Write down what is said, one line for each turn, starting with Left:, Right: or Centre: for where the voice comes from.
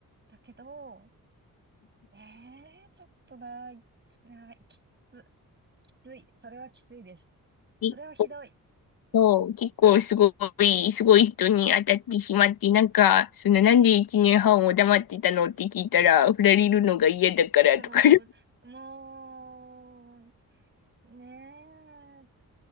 Right: だけど、ええー、ちょっとな、いな、きつ、きつい。それはきついです。
Left: 結構、
Right: それはひどい。
Left: そう結構すごい、すごい人に当たってしまって、なんか、その、なんで一年半も黙ってたのって聞いたら、振られるのが嫌だからとか、
Right: そう、
Left: <laughs>
Right: もう、ねえ、